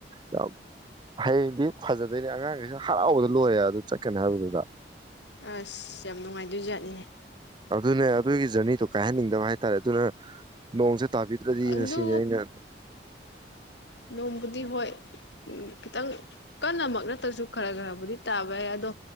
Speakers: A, on the right; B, on the left.
A: ꯌꯥꯝ ꯍꯌꯦꯡꯗꯤ ꯐꯖꯗꯣꯏꯅꯦ ꯑꯉꯥꯡꯈꯩꯁ ꯍꯔꯥꯎꯕꯗ ꯂꯣꯏꯔꯦ ꯑꯗꯨ ꯆꯠꯀꯅꯤ ꯍꯥꯏꯕꯗꯨꯗ
B: ꯑꯁ ꯌꯥꯝ ꯅꯨꯡꯉꯥꯏꯗꯨꯣꯏꯖꯥ ꯎ
A: ꯑꯗꯨꯅꯦ ꯑꯗꯨꯒꯤ ꯖꯔꯅꯤꯗꯣ ꯀꯥꯏꯍꯟꯅꯤꯡꯗꯕ ꯍꯥꯏꯇꯥꯔꯦ ꯑꯗꯨꯅ ꯅꯣꯡꯁ ꯇꯥꯕꯤꯗ꯭ꯔꯗꯤꯅ
B: ꯑꯗꯨ
A: ꯁꯤꯅꯦ ꯑꯩꯅ
B: ꯅꯣꯡꯕꯨꯗꯤ ꯍꯣꯏ ꯎ ꯈꯤꯇꯪ ꯀꯟꯅꯃꯛ ꯅꯠꯇ꯭ꯔꯁꯨ ꯈꯔ ꯈꯔꯕꯨꯗꯤ ꯇꯥꯕ ꯌꯥꯏ ꯑꯗꯣ